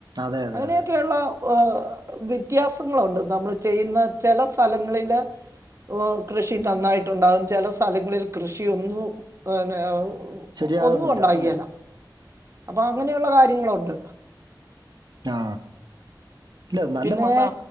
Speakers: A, on the right (about 60°); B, on the right (about 40°).
A: അതെ അതെ
B: അങ്ങനെയൊക്കെയുള്ള
A: അതെ
B: ഏഹ് വ്ത്യാസങ്ങളുണ്ട് നമ്മ്ള് ചെയ്യുന്ന ചെല സ്ഥലങ്ങളിലെ ഓഹ് കൃഷി നന്നായിട്ടുണ്ടാകും ചില സ്ഥലങ്ങളി ല് കൃഷി ഒന്നും ഏഹ് ന്നെ വെ
A: ശരിയാകുന്നില്ല
B: ഒന്നും ഉണ്ടാകേല
A: അല്ലേ
B: അപ്പൊ അങ്ങനെയുള്ള കാര്യങ്ങളുണ്ട്
A: ആ ഇല്ല നല്ലെ
B: പിന്നെ
A: മണ്ണാ